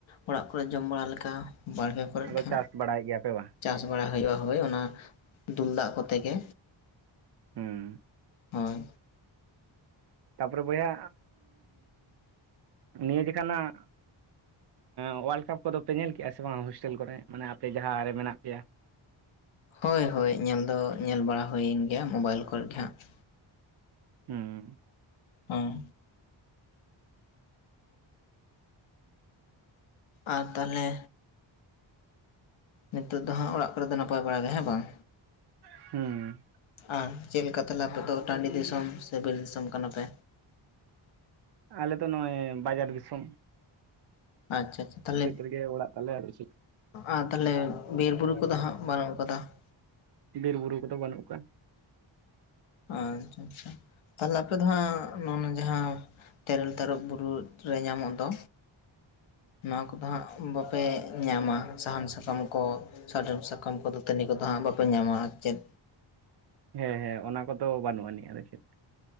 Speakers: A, on the left (about 80°); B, on the right (about 55°).
A: ᱚᱲᱟᱜ ᱠᱚᱨᱮ ᱡᱚᱢ ᱵᱟᱲᱟ ᱞᱮᱠᱟ ᱵᱟᱲᱜᱮ ᱨᱮ
B: ᱟᱫᱚ
A: ᱦᱟᱸᱜ
B: ᱪᱟᱥ ᱵᱟᱲᱟᱭᱮᱫ ᱜᱮᱭᱟ ᱯᱮ ᱵᱟᱝ
A: ᱪᱟᱥ ᱵᱟᱲᱟ ᱦᱩᱭᱩᱜ-ᱟ ᱦᱳᱭ ᱚᱱᱟ ᱫᱩᱞ ᱫᱟᱜ ᱠᱚᱛᱮ ᱜᱮ
B: ᱦᱩᱸ
A: ᱦᱳᱭ
B: ᱛᱟᱯᱚᱨᱮ ᱵᱚᱭᱦᱟ ᱱᱤᱭᱟᱹ ᱡᱮᱠᱷᱟᱱᱟᱜ ᱚᱣᱟᱞᱨᱰ ᱠᱟᱯ ᱠᱚᱫᱚ ᱯᱮ ᱧᱮᱞ ᱠᱮᱫᱮᱜ-ᱟ ᱥᱮ ᱵᱟᱝ? ᱦᱳᱥᱴᱮᱞ ᱠᱚᱨᱮ ᱢᱟᱱᱮ ᱟᱯᱮ ᱡᱟᱦᱟᱸ ᱨᱮ ᱢᱮᱱᱟᱜ ᱯᱮᱭᱟ᱾
A: ᱦᱳᱭ ᱦᱳᱭ ᱧᱮᱞ ᱫᱚ ᱧᱮᱞ ᱵᱟᱲᱟ ᱦᱩᱭᱮᱱ ᱜᱮᱭᱟ ᱢᱳᱵᱟᱭᱤᱞ ᱠᱚᱨᱮ ᱜᱮ ᱦᱟᱸᱜ ᱾
B: ᱦᱩᱸ
A: ᱦᱮᱸ ᱾ ᱟᱨ ᱛᱟᱦᱚᱞᱮ ᱱᱤᱛᱚᱜ ᱫᱚ ᱦᱟᱸᱜ ᱚᱲᱟᱜ ᱠᱚᱨᱮ ᱫᱚ ᱱᱟᱯᱟᱭ ᱵᱟᱲᱟ ᱜᱮᱭᱟ ᱦᱮᱸ ᱵᱟᱝ
B: ᱦᱩᱸ ᱾
A: ᱟᱨ ᱪᱮᱫ ᱞᱮᱠᱟ ᱛᱟᱦᱚᱞᱮ ᱟᱯᱮ ᱫᱚ ᱴᱟᱺᱰᱤ ᱫᱤᱥᱚᱢ ᱥᱮ ᱵᱤᱨ ᱫᱤᱥᱚᱢ ᱠᱟᱱᱟ ᱯᱮ?
B: ᱟᱞᱮ ᱫᱚ ᱱᱚᱜ-ᱚᱭ ᱵᱟᱡᱟᱨ ᱫᱤᱥᱚᱢ ᱾
A: ᱟᱪᱪᱷᱟ ᱟᱪᱪᱷᱟ ᱛᱟᱦᱞᱮ
B: ᱨᱮᱜᱮ ᱚᱲᱟᱜ ᱛᱟᱞᱮ ᱟᱫᱚ ᱪᱮᱫ
A: ᱟᱨ ᱛᱟᱦᱚᱞᱮ ᱵᱤᱨ ᱵᱩᱨᱩ ᱠᱚᱫᱚ ᱦᱟᱸᱜ ᱵᱟᱹᱱᱩᱜ ᱟᱠᱟᱫᱟ ᱾
B: ᱵᱤᱨ ᱵᱩᱨᱩ ᱠᱚᱫᱚ ᱵᱟᱹᱱᱩᱜ ᱠᱟᱜ-ᱟ ᱾
A: ᱟᱪᱪᱷᱟ ᱟᱪᱪᱷᱟ ᱛᱟᱦᱞᱮ
B: ᱦᱩᱸ
A: ᱟᱯᱮ ᱫᱚ ᱦᱟᱸᱜ ᱱᱚᱱ ᱡᱟᱦᱟᱸ ᱛᱮᱨᱮᱞ ᱛᱟᱨᱚᱯ ᱵᱩᱨᱩ ᱨᱮ ᱧᱟᱢᱚᱜ ᱫᱚ ᱱᱚᱣᱟ ᱠᱚᱫᱚ ᱦᱟᱸᱜ ᱵᱟᱯᱮ ᱧᱟᱢᱟ ᱥᱟᱦᱟᱱ ᱥᱟᱠᱟᱢ ᱠᱚ ᱾ ᱥᱟᱰᱚᱢ ᱥᱟᱠᱟᱢ ᱠᱚᱫᱚ ᱫᱟᱹᱛᱟᱹᱱᱤ ᱠᱚᱫᱚ ᱦᱟᱸᱜ ᱵᱟᱯᱮ ᱧᱟᱢᱟ ᱟᱨ ᱪᱮᱫ
B: ᱦᱮᱸ ᱦᱮᱸ ᱚᱱᱟ ᱠᱚᱫᱚ ᱵᱟᱹᱱᱩᱜ ᱟᱹᱱᱤᱡ ᱟᱫᱚ ᱪᱮᱫ ᱾